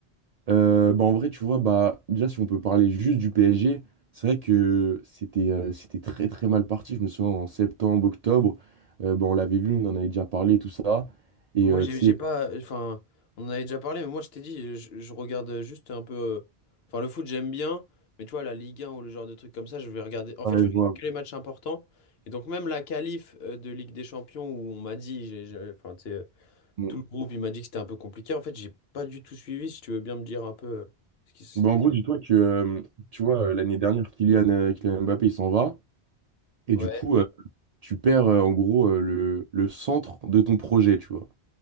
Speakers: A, on the right (about 55°); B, on the left (about 70°).
A: Euh, bah en vrai, tu vois, bah, déjà, si on peut parler juste du PSG, c'est vrai que c'était euh, c'était très très mal parti. Je me souviens en septembre, octobre, euh, bah, on l'avait vu, on en avait déjà parlé, tout ça. Et
B: Moi,
A: euh,
B: j'ai
A: tu sais,
B: j'ai pas. Enfin, on en avait déjà parlé, mais moi, je t'ai dit, je, je regarde juste un peu. euh, Enfin, le foot, j'aime bien, mais tu vois, la Ligue 1 ou le genre de trucs comme ça, je vais regarder. En
A: ouais,
B: fait, je vais
A: je
B: regarder
A: vois.
B: que les matchs importants. Et donc, même la qualif euh, de Ligue des Champions, où on m'a dit, j'ai, j'ai- enfin, tu sais, euh,
A: Bon.
B: tout le groupe, il m'a dit que c'était un peu compliqué. En fait, j'ai pas du tout suivi, si tu veux bien me dire un peu. euh, ce qui se-
A: Bah, en gros, dis-toi que euh, tu vois, euh, l'année dernière, Kylian, euh, Kylian Mbappé, il s'en va. Et
B: Ouais.
A: du coup, euh, tu perds euh, en gros euh, le, le centre de ton projet, tu vois.